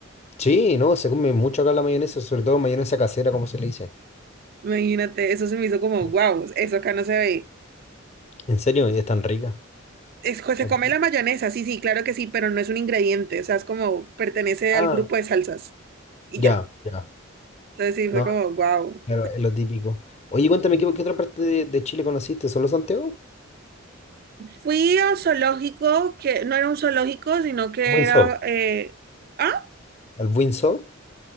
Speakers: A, on the left (about 35°); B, on the right (about 50°).
A: Sí, no, se come mucho acá la mayonesa, sobre todo mayonesa casera, como se le dice.
B: Imagínate, eso se me hizo como,
A: Sí.
B: wow, eso acá no se ve.
A: ¿En serio? ¿Y es tan rica?
B: Es, se
A: Aquí-
B: come la mayonesa, sí, sí, claro que sí, pero no es un ingrediente, o sea, es como pertenece
A: Ah,
B: al grupo de salsas y
A: ya,
B: ya.
A: ya.
B: Entonces sí, fue
A: No,
B: como, wow.
A: claro, es lo típico. Oye, cuéntame, ¿qué, qué otra parte de, de Chile conociste? ¿Solo Santiago?
B: fui a zoológico, que no era un zoológico, sino que
A: Windsor.
B: era... eh, ah,
A: ¿El Windsor?